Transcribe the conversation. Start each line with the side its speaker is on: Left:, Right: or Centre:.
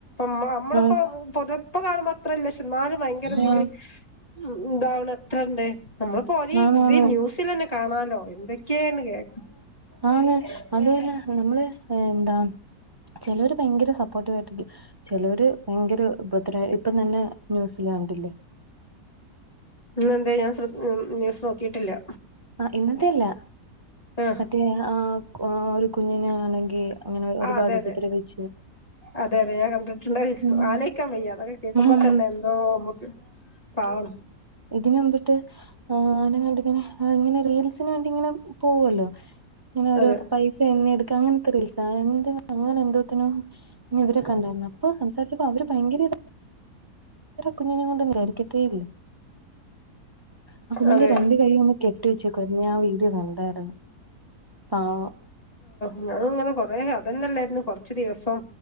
Left: മ്മ നമ്മളിപ്പോ
Right: ആഹ്
Left: പൊതിപ്പ കാണുമ്പോ അത്രല്ലക്ഷെ എന്നാലും ഭയങ്കര ഇതിയില്
Right: ആഹ്
Left: ഇന്ത വണ എത്രണ്ട് നമ്മളിപ്പോ ഒ ഇത്
Right: ആന്ന് ആന്ന്
Left: ന്യൂസൽന്നെ കാണാലോ എന്തൊക്കെയന്ന് കേക്ക
Right: ആണ് അതുപോലെ നമ്മള് എന്താ ചിലര് ഭയങ്കര സപ്പോർട്ടീവാട്ടിരിക്കും ചിലര് ഭയങ്കര ഉപ ഇപ്പം തന്നെ ന്യൂസില് കണ്ടില്ലേ
Left: ഇന്നെന്താ ഞാൻ ശ്ര ന്യൂസ്‌ നോക്കിയിട്ടില്ല
Right: ആ ഇന്നത്തെ അല്ല
Left: ആഹ്
Right: മറ്റേ ആ ഒരു കുഞ്ഞിനെ ആണെങ്കിൽ അങ്ങനെ ഒരുപാട്
Left: ആഹ് അതെ
Right: ഉപദ്രവിച്ച്
Left: അതെ അതെ അതെഞാൻ കണ്ട
Right: ഉം
Left: ആലോയ്ക്കാൻ വയ്യ അതൊക്കെ കേക്കുമ്പോ
Right: ഉം
Left: തന്നെ എന്തോ നമ്മക്ക് പാവം
Right: ഇതിനന് മ്പട്ട് ആ അനെ കണ്ടിങ്ങനെ ഇങ്ങനെ റീൽസിന് വേണ്ടി ഇങ്ങനെ പോവല്ലോ അങ്ങനെ ഓരോ
Left: അതെ
Right: പൈസ തെ എടുക്കാം അങ്ങനെ <unintelligible> അങ്ങനെ എന്തോത്തിനും നി ഇവരൊെ കണ്ടായിരുന്നു അപ്പ സംസാരിക്കപ്പോ അവര് ഭയങ്കര കുഞ്ഞിനെ കൊണ്ട് വിചാരിക്കത്തെ ഇല്ല ആ കുഞ്ഞിന്റെ
Left: അതെ
Right: രണ്ട് കൈ കെട്ടിവെച്ച കൊഞ്ഞ ആ വീഡിയോ കണ്ടായിരുന്നു പാവം
Left: ഞാന ഇങ്ങനെ കൊറ അതന്നല്ലായിരുന്നു കൊറച്ച് ദിവസം